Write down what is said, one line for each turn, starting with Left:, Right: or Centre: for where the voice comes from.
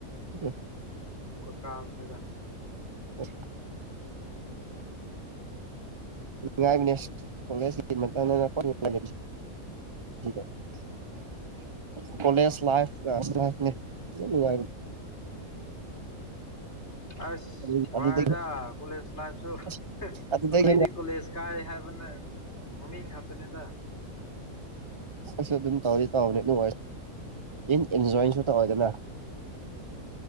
Right: ꯎꯝ
Left: ꯀꯥꯜꯃꯦꯗ
Right: ꯑ ꯎꯥꯏꯅꯦ ꯀꯂꯦꯖ <unintelligible> ꯍꯗ <inaudible> ꯀꯣꯂꯦꯖ
Left: ꯑꯥ
Right: ꯂꯥꯏꯐ ꯂ
Left: ꯑꯁ
Right: ꯑꯗꯨ
Left: ꯋꯥꯏꯗ
Right: ꯑꯗꯨꯗꯒꯤ
Left: ꯀꯣꯂꯦꯖ ꯂꯥꯏꯐꯁꯨ
Right: ꯑꯁ ꯑꯗꯨꯗꯒꯤ
Left: ꯑꯩꯈꯣꯏꯗꯤ
Right: ꯍꯦꯟꯅ
Left: ꯀꯣꯂꯦꯖ ꯀꯥꯏ ꯍꯥꯏꯕꯅ ꯃꯃꯤꯡ ꯈꯛꯇꯅꯤꯗ
Right: ꯀꯁꯨ ꯑꯗꯨꯝ ꯇꯧꯗꯤ ꯇꯧꯅꯤ ꯅꯨꯡꯉ ꯏꯟ ꯑꯦꯟꯖꯣꯏꯟꯁꯨ ꯇꯧꯋꯦꯗꯅ